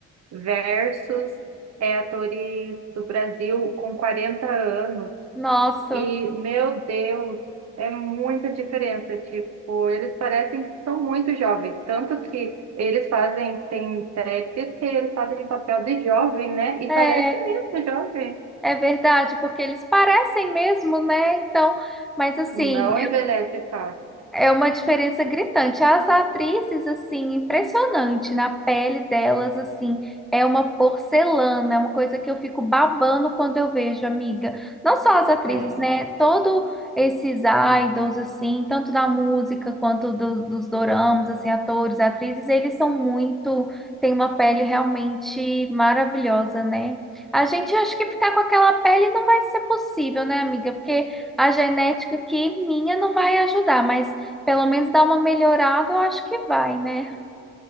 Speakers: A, on the right (about 60°); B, in the centre.
A: versus é, atores do Brasil com 40 anos.
B: Nossa,
A: E, meu Deus, é muita diferença. Tipo, eles parecem que são muito jovens. Tanto que eles fazem, tem séries que eles fazem papel de jovem, né? E
B: é,
A: parece mesmo jovem.
B: é verdade, porque eles parecem mesmo, né? Então, mas assim,
A: Não envelhece fácil.
B: É uma diferença gritante. As atrizes, assim, impressionante na pele delas, assim, é uma porcelana, é uma coisa que eu fico babando quando eu vejo, amiga. Não só as atrizes,
A: É,
B: né? Todo esses idols, assim, tanto da música quanto do- dos doramas, assim, atores, atrizes, eles são muito, têm uma pele realmente maravilhosa, né? A gente acha que ficar com aquela pele não vai ser possível, né, amiga? Porque a genética aqui minha não vai ajudar, mas pelo menos dar uma melhorada, eu acho que vai, né?